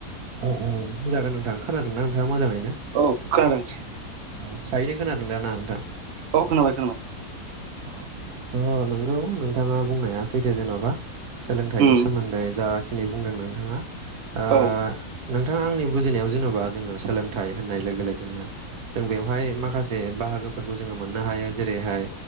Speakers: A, on the right (about 80°); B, on the right (about 55°).
A: औ औ जागोन नोंथां खोनादोंना नोंथाङा मोजाङैनो?
B: औ खोनादों
A: अ स्रायैनो खोनादों दा ना नोंथां?
B: अ खोनाबाय खोनाबाय
A: अ नोंगौ नोंथाङा बुंनाया सैथो जेन'बा सोलोंथाइनि
B: उम
A: सोमोन्दै जा खिनि बुंदों नोंथाङा ओ
B: औ
A: नोंथाङा आंनि बुजिनायाव जेन'बा जोङो सोलोंथाइ होननाय लोगो लोगोनो जों बेवहाय माखासे बाहागोफोरखौ जोङो मोननो हायो जेरैहाय